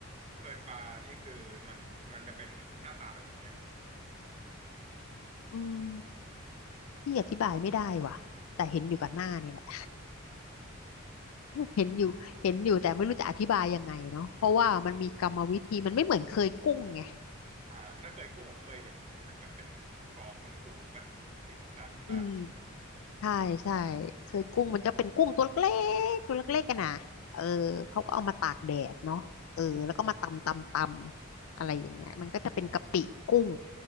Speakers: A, on the right; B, on the left.
A: เคยปลานี่คือมันมันจะเป็นหน้าตาแบบไหนอะ
B: อืมพี่อธิบายไม่ได้ว่ะแต่เห็นอยู่กับหน้านี่แหละ <laughs> เห็นอยู่เห็นอยู่แต่ไม่รู้จะอธิบายยังไงเนาะเพราะว่ามันมีกรรมวิธีมันไม่เหมือนเคยกุ้งไง
A: อ่าถ้าเคยกุ้งผมเคยเห็นที่มันแบบเป็นกองพูนๆป่ะสีน้ำตาลน้ำตาล
B: อืมใช่ใช่เคยกุ้งมันจะเป็นกุ้งตัวเล็กตัวเล็กๆกันนะเออเขาก็เอามาตากแดดเนาะเออแล้วก็มาตำตำตำอะไรอย่างเงี้ยมันก็จะเป็นกะปิกุ้ง